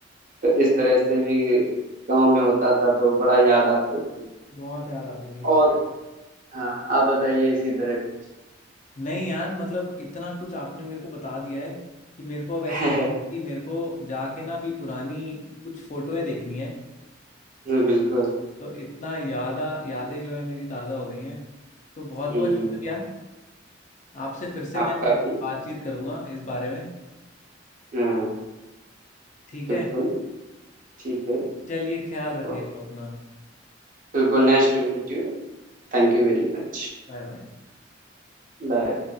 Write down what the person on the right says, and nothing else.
तो इस तरह से भी गांव में होता था तो बड़ा याद आते थे
और हाँ आप बताइए इसी तरह कुछ
<laughs>
बिल्कुल
हम्म
आपका भी
हाँ
बिल्कुल
ठीक है
तो
बिल्कुल nice to meet you Thank you very much
Bye